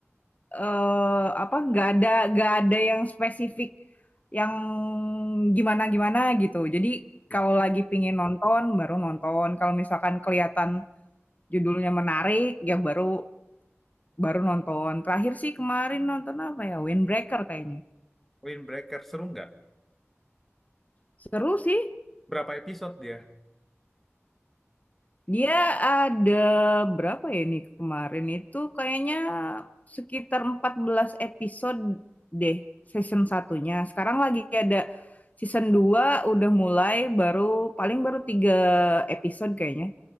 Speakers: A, on the left (about 30°); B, in the centre.
A: eee, apa, nggak ada nggak ada yang spesifik yang gimana-gimana gitu. Jadi
B: <laughs> Oke.
A: kalau lagi pingin nonton, baru nonton, kalau misalkan kelihatan judulnya menarik, ya baru baru nonton. Terakhir sih kemarin nonton apa ya, Windbreaker kayaknya.
B: Windbreaker seru nggak?
A: Seru sih.
B: Berapa episode dia?
A: Dia ada berapa ya ini, kemarin itu kayaknya sekitar 14 episode deh season satunya. Sekarang lagi ada season 2 udah mulai baru paling baru tiga episode kayaknya,